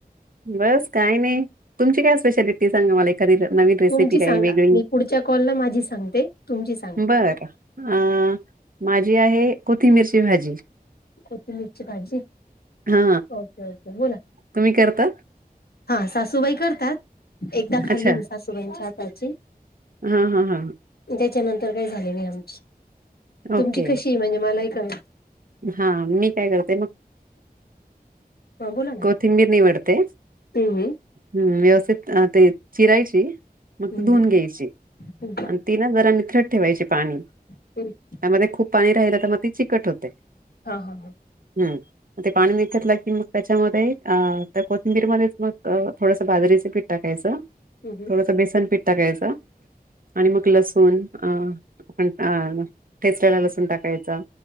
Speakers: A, on the right; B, on the left.
A: बस काही नाही तुमची काय स्पेशालिटी? सांगा मला एखादी नवीन रेसिपी
B: तुमची
A: काय
B: सांगा
A: वेगळी,
B: मी पुढच्या कॉलला माझी सांगते तुमची सांगा
A: बर. अ माझी आहे, कोथिंबिरची भाजी.
B: कोथिंबिरची भाजी,
A: हा
B: ओके ओके. बोला
A: तुम्ही करतात?
B: हा सासूबाई करतात, एकदा खाल्ली
A: अच्छा
B: मी सासूबाईंच्या हाताची.
A: हा हा हा.
B: त्याच्यानंतर काय झाले नाही आमची, तुमची
A: ओके
B: कशी म्हणजे मला ही कळेल?
A: हा मी काय करते मग?
B: हा बोला ना
A: कोथिंबीर निवडते.
B: हम्म
A: हम्म, व्यवस्थित ते चिरायची, मग
B: हम्म
A: धुन घ्यायची.
B: हम्म
A: तिला ना जरा निथरट ठेवायची पाणी.
B: <unintelligible> <inaudible>
A: त्यामध्ये खूप पाणी राहिलं, तर मग ती चिकट होते.
B: हा हा, हो.
A: हम्म. ते पाणी व घेतलं की मग, त्याच्यामध्ये त्या कोथिंबीरमध्ये मग थोडसं बाजरीचे पीठ टाकायचं.
B: हम्म हम्म.
A: थोडस बेसन पिठ् टाकायच. आणि मग लसूण अ आपण ठेचल्याला लसूण टाकायचा.